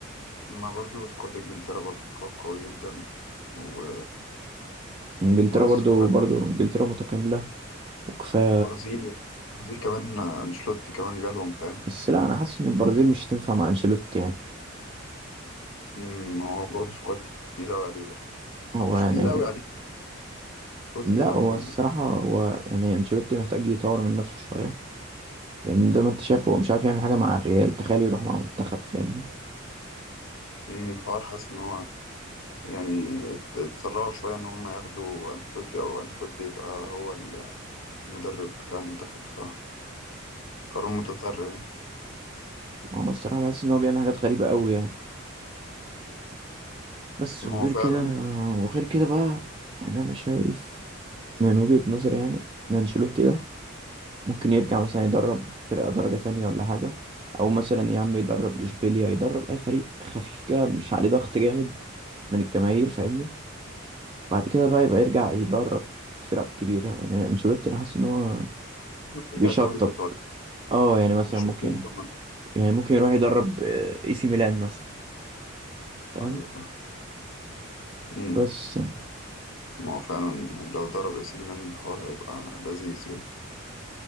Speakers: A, on the left; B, on the right.
A: ما برضو سكواد إنجلترا برضو سكواد قوي جدا و...
B: انجلترا
A: وسكواد
B: برضو برضو انجلترا متكاملة وكفاية
A: البرازيل البرازيل كمان أنشيلوتي كمان جالهم فاهم؟
B: بس لا أنا حاسس إن البرازيل مش هتنفع مع أنشيلوتي يعني
A: أمم، ما هو برضو سكواد تقيل أوي عليه برضو
B: هو
A: أو مش
B: يعني
A: تقيل أوي عليه بس هو تقيل
B: لا
A: عموما
B: هو الصراحة هو يعني أنشيلوتي محتاج يطور من نفسه شوية لأن زي ما أنت شايف هو مش عارف يعمل حاجة مع الريال تخيل يروح مع منتخب فاهمني
A: أمم، الحوار حاسس إن هو يعني ات- اتسرعوا شوية إن هم ياخدوا أنشيلوتي أو أنشيلوتي يبقى هو المدرب بتاع المنتخب بصراحة قرار متسرع يعني
B: هو الصراحة بحس إن هو بيعمل حاجات غريبة أوي يعني بس
A: ما
B: وغير
A: هو فعلا
B: كده وغير كده بقى يعني أنا شايف من وجهة نظري يعني إن أنشيلوتي ده ممكن يرجع مثلا يدرب فرقة درجة تانية ولا حاجة أو مثلا يا عم يدرب إشبيليا يدرب أي فريق خفيف كده مش عليه ضغط جامد من الجماهير فاهمني بعد كده بقى يبقى يرجع يدرب فرق كبيرة يعني أنشيلوتي أنا حاسس إن هو
A: إنه يرجع
B: بيشطب
A: الدوري الإيطالي
B: اه يعني مثلا
A: مش
B: ممكن
A: روتين كمان
B: يعني ممكن يروح يدرب آه، اي سي ميلان مثلا فاهم
A: أيوة فاهم أمم.
B: بس يعني
A: ما هو فعلا لو ضرب اي سي ميلان الحوار هيبقى لذيذ يعني